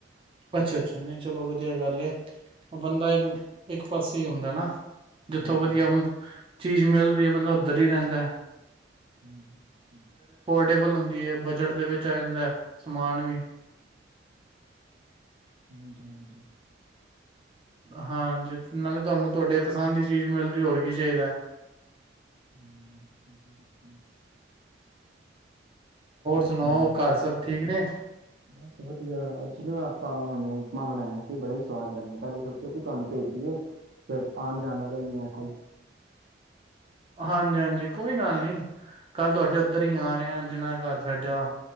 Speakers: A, on the right; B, on the right.
A: ਅੱਛਾ ਅੱਛਾ ਨਹੀਂ ਚਲੋ ਵਧੀਆ ਗੱਲ ਏ, ਬੰਦਾ ਇੱਕ-ਇੱਕ ਪਾਸੇ ਹੀ ਹੁੰਦਾ ਨਾ। ਜਿੱਥੋਂ
B: ਹਾਂਜੀ
A: ਵਧੀਆ ਚੀਜ਼ ਮਿਲ ਰਹੀ ਐ, ਬੰਦਾ ਉੱਧਰ ਹੀ ਰੇਂਦਾ ਏ।
B: ਹਾਂਜੀ, ਹੂੰ-ਹੂੰ।
A: ਡੇ ਵਲ ਹੁੰਦੀ ਐ, ਬਜਟ ਦੇ ਵਿਚ ਆ ਜਾਂਦਾ ਏ, ਸਮਾਨ ਵੀ।
B: ਹਾਂਜੀ-ਹਾਂਜੀ।
A: ਹਾਂ ਜੀ, ਨਾਲੇ ਤੁਹਾਨੂੰ ਤੁਹਾਡੇ ਪਸੰਦ ਦੀ ਚੀਜ਼ ਮਿਲ ਰਹੀ ਹੋਰ ਕੀ ਚਾਹੀਦਾ ਏ?
B: ਹਮ ਹੁੰ-ਹੁੰ-ਹੁੰ-ਹੁੰ। ਹੋਰ
A: ਸੁਣਾਓ
B: ਸੁਣਾ ਘਰ ਸਬ,
A: ਸਭ ਠੀਕ ਨੇ?
B: ਬਸ ਵਧੀਆ, ਅੱਜ ਜਿਵੇਂ ਆਪਾਂ ਹੁਣ ਉਪਮਾ ਬਣਾਇਆ ਸੀ, ਬੜਾ ਹੀ ਸਵਾਦ ਬਣਿਆ, ਪਹਿਲੇ ਸੋਚਿਆ ਸੀ ਤੁਹਾਨੂੰ ਭੇਜੀਏ, ਫਿਰ ਆਉਣ ਜਾਣ ਵਾਲਾ ਨੀ ਹੈ ਕੋਈ।
A: ਹਾਂਜੀ-ਹਾਂਜੀ ਕੋਈ ਗੱਲ ਨੀ, ਕੱਲ ਤੁਹਾਡੇ ਉੱਧਰ ਹੀ ਆ ਰਹੇ ਆ, ਜਿਨ੍ਹਾਂ ਘਰ ਸਾਡਾ